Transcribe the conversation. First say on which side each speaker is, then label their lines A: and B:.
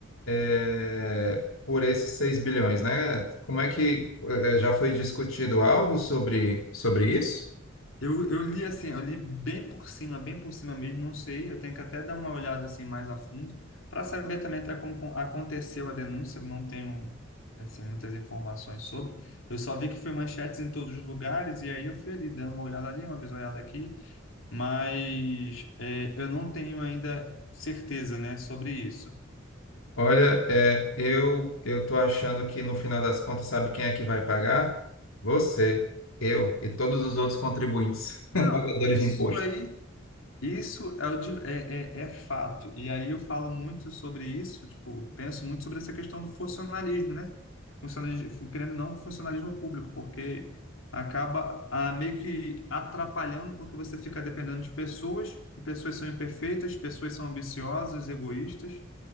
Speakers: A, on the left (about 85°); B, on the left (about 70°).
A: é, por esses 6 bilhões, né? Como é que, é, já foi discutido algo sobre, sobre isso?
B: eu, eu li assim, eu li bem por cima, bem por cima mesmo, não sei, eu tenho que até dar uma olhada assim mais a fundo, para saber também até como con- aconteceu a denúncia, eu não tenho assim muitas informações sobre. Eu só vi que foi manchetes em todos os lugares e aí eu fui ali dando uma olhada ali, uma bisoiada aqui, mas é, eu não tenho ainda certeza, né, sobre isso.
A: Olha, é, eu eu tô achando que no final das contas, sabe quem é que vai pagar? Você, eu e todos os outros contribuintes,
B: Não,
A: <laughs> pagadores
B: isso
A: de imposto.
B: aí, isso é, o de- é, é, é fato. E aí eu falo muito sobre isso, tipo, penso muito sobre essa questão do funcionalismo, né? Funcionalismo, querendo ou não, funcionalismo público, porque acaba ah, meio que atrapalhando, porque você fica dependendo de pessoas, e pessoas são imperfeitas, pessoas são ambiciosas, egoístas.